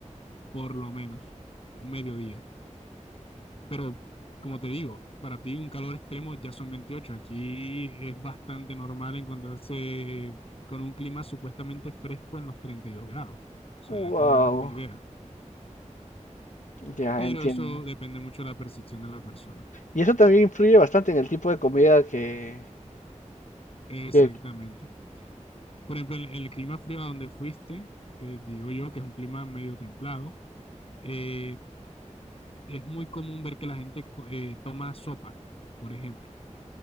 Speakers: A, on the left; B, on the left.
A: por lo menos, un mediodía. Pero, como te digo, para ti un calor extremo ya son 28. Aquí es bastante normal encontrarse con un clima supuestamente fresco en los 32 grados. O sea,
B: Wow.
A: ya te das una idea.
B: Ya
A: Pero
B: entiendo.
A: eso depende mucho de la percepción de la persona.
B: Y eso también influye bastante en el tipo de comida que,
A: Exactamente.
B: que-
A: Por ejemplo, en, el en el clima frío a donde fuiste, que digo yo que es un clima medio templado, eh, es muy común ver que la gente co- eh, toma sopa, por ejemplo.